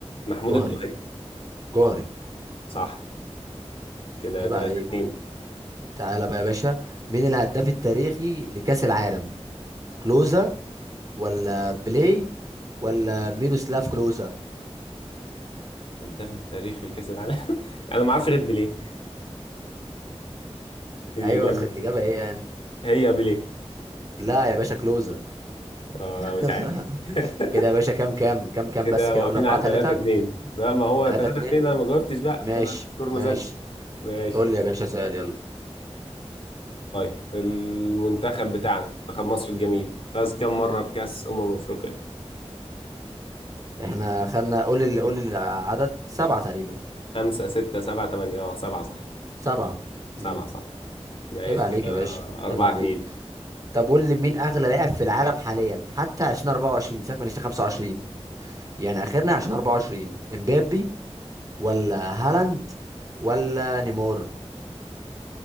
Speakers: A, on the left; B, on the right.
A: محمود
B: جوهري
A: الجوهري
B: جوهري
A: صح كده
B: عيب
A: 3
B: عليك
A: 2
B: تعالى بقى يا باشا مين الهداف التاريخي لكأس العالم كلوزا ولا بلاي ولا ميروسلاف كلوزا
A: هداف التاريخ لكأس العالم <laughs> أنا ما أعرفش غير بيليه دي
B: ايوه
A: الإجابة
B: خد الإجابة ايه يعني
A: هي بيليه
B: لا يا باشا كلوزا
A: اه لا مش
B: <laughs>
A: عارف <laughs>
B: كده يا باشا كام كام كام كام
A: كده
B: بس كده
A: واقفين
B: قول 4
A: على
B: 3
A: 3 2 لا ما هو
B: 3
A: 3
B: 2
A: 2 انا ما جاوبتش بقى
B: ماشي
A: فانا السكور ما
B: ماشي
A: زادش ماشي
B: قول لي يا باشا سؤال يلا
A: طيب المنتخب بتاعنا منتخب مصر الجميل فاز كم مرة بكأس أمم أفريقيا؟
B: احنا خدنا قول لي قول لي العدد سبعة تقريبا
A: خمسة ستة سبعة تمانية اه سبعة صح
B: سبعة
A: سبعة
B: امم
A: صح ماشي
B: عيب عليك
A: كده
B: يا باشا
A: أربعة
B: عيب عليك
A: اتنين
B: طب قول لي مين اغلى لاعب في العالم حاليا حتى 2024 سيبك من 2025 يعني اخرنا عشان 24 امبابي ولا هالاند ولا نيمار